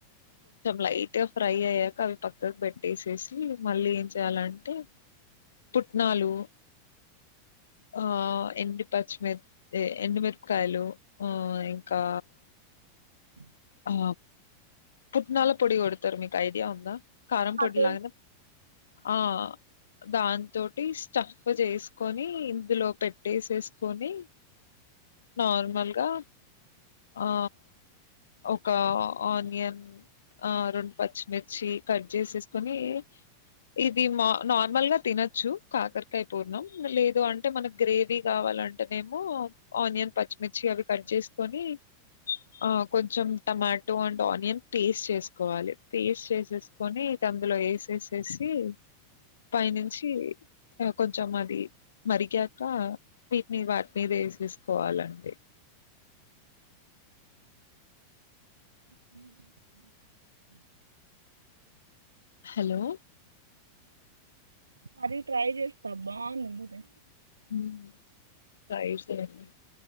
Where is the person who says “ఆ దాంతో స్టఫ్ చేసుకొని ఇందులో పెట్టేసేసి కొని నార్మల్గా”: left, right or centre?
Left